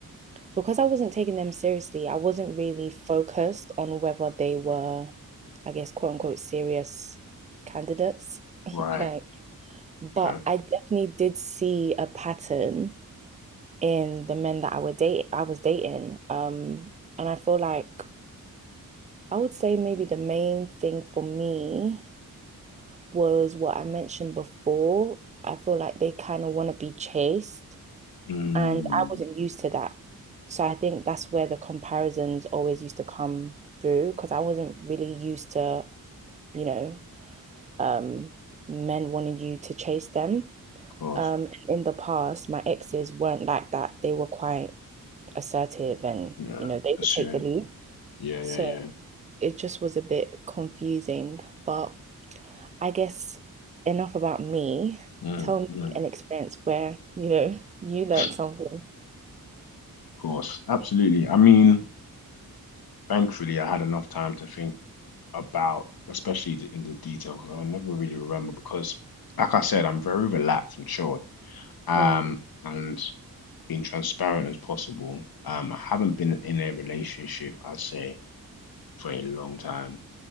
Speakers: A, on the right; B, on the left.
A: because I wasn't taking them seriously, I wasn't really focused on whether they were, I guess, quote unquote, serious candidates. <laughs>
B: Right.
A: Like, but
B: Okay.
A: I definitely did see a pattern in the men that I would date, I was dating. Um, and I feel like I would say maybe the main thing for me was what I mentioned before. I feel like they kind of want to be chased,
B: Mm,
A: and I wasn't used to that. So I think that's where the comparisons always used to come through because I wasn't really used to, you know, um, men wanting you to chase them.
B: of course.
A: Um, in the past, my exes weren't like that. They were quite assertive and,
B: Yeah.
A: you know, they
B: Pursuing.
A: would take the lead.
B: Yeah.
A: So
B: Yeah. Yeah.
A: it just was a bit confusing, but I guess enough about me.
B: Mm,
A: Tell me
B: mm.
A: an experience where, you know, you learned
B: Of
A: something.
B: course. Absolutely. I mean, thankfully, I had enough time to think about, especially the, in the detail, because I never really remember. Because, like I said, I'm very relaxed and chilled. Um,
A: Mm,
B: and being transparent as possible. Um, I haven't been in a relationship, I'd say, for a long time.